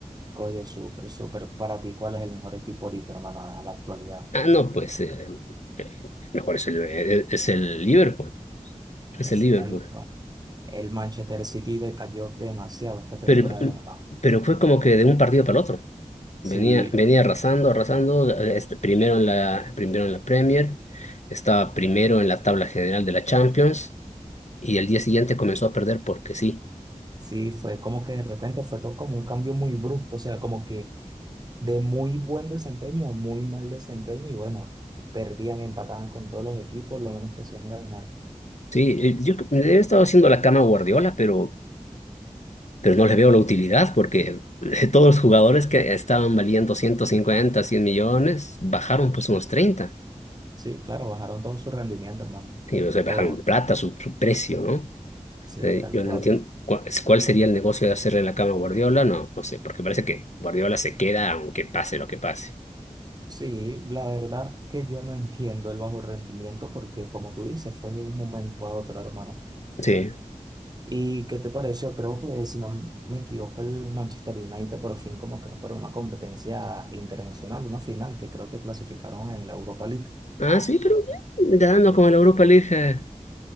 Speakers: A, on the right; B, on the left.
A: Oye, súper, súper. Para ti, ¿cuál es el mejor equipo ahorita, hermano, a la actualidad?
B: Ah, no, pues eh, eh, mejor es el, eh, es el Liverpool. Es el Liverpool.
A: Tal cual. El Manchester City decayó demasiado esta temporada,
B: Pero,
A: hermano.
B: pero fue como que de un partido para el otro. Venía,
A: Sí,
B: venía arrasando, arrasando. eh, este, primero en la, primero en la Premier, estaba primero en la tabla general de la Champions y el día siguiente comenzó a perder porque sí.
A: sí, fue como que de repente fue todo como un cambio muy brusco, o sea, como que de muy buen desempeño a muy mal desempeño y bueno, perdían, empataban con todos los equipos, lo menos que hacían era ganar.
B: Sí, eh, yo creo que le he estado haciendo la cama a Guardiola, pero, pero no le veo la utilidad porque <laughs> todos los jugadores que estaban valiendo 150 100 millones bajaron pues unos treinta
A: Sí, claro, bajaron todo su rendimiento, hermano.
B: Y, o sea, bajaron
A: Todos,
B: en plata
A: todos.
B: su, su precio, ¿no?
A: Sí,
B: Eh,
A: tal
B: yo
A: cual.
B: no entiendo cuál, cuál sería el negocio de hacerle la cama a Guardiola, no, no sé, porque parece que Guardiola se queda aunque pase lo que pase.
A: Sí, la verdad que yo no entiendo el bajo rendimiento porque como tú dices, fue de un momento a otro, hermano.
B: Sí.
A: ¿Y qué te pareció? Creo que, si no me equivoco, el Manchester United por fin como que para una competencia internacional, una final, que creo que clasificaron en la Europa League.
B: Ah, sí, pero bien, dando como a la Europa League. eh.